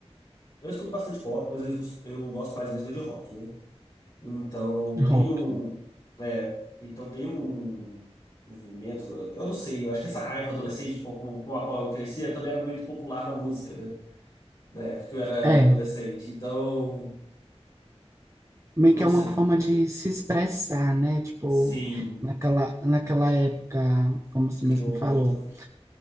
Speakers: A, on the left; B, on the right.
A: Eu escuto bastante pop, mas eu, escu- eu gosto mais mesmo é de rock, né? Então
B: de
A: tem
B: rock.
A: um, é, então tem um movimento, eu não sei, eu acho que essa raiva adolescente com, com com a qual eu crescia também era muito popular na música, né? Na época que eu era
B: É,
A: adolescente. Então,
B: meio
A: não
B: que é
A: sei.
B: uma forma de se expressar, né? Tipo,
A: Sim,
B: naquela, naquela época, como você
A: naquele
B: mesmo
A: momento,
B: falou,
A: né?